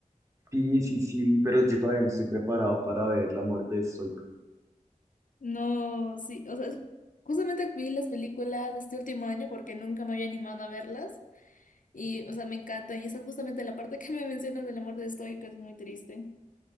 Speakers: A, on the right (about 20°); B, on the left (about 70°).
A: Sí, sí, sí, vi, pero yo todavía no estoy preparado para ver la muerte de Stoico.
B: No, sí, o sea, es- justamente vi las películas de este último año porque nunca me había animado a verlas y, o sea, me encanta y esa es justamente la parte que me mencionas de la muerte de Stoico es muy triste.